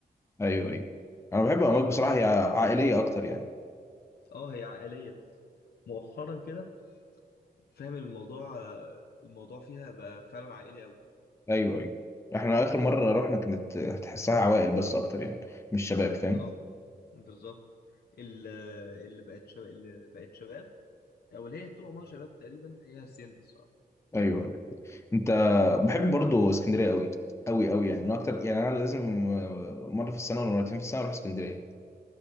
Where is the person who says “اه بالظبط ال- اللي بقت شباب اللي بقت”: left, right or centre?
Left